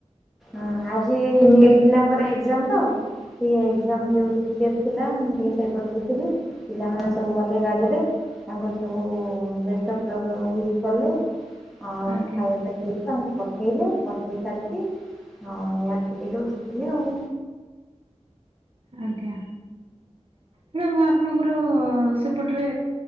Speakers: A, in the centre; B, on the right.
A: ହଁ ଆଜି ନିଟ୍ ପିଲାଙ୍କର ଏକ୍ଜାମ ତ ଟିକ ଏକ୍ଜାମ <unintelligible> ଟିକେ ଥିଲା ମୁଁ ଟିକେ ସେଇପଟକୁ ଥିଲି ପିଲାମାନେ ସବୁ ଗଲେ ଗାଡିରେ। ତାଙ୍କର ସବୁ ବେଷ୍ଟ ଅଫ ଲକ୍ ୱିଶ୍ କଲେ। ଆଉ
B: ଆଜ୍ଞା
A: ଖାଇବା ପାଇଁ ତାଙ୍କୁ ପଠେଇଲେ ପଠେଇ ସାରିକି ହଁ ଏଇ ଆସିକି ଏଠି ବସିଥିଲି ଆଉ।
B: ଆଜ୍ଞା ମାଡାମ୍ ଆପଣଙ୍କର ଆମର ସେପଟରେ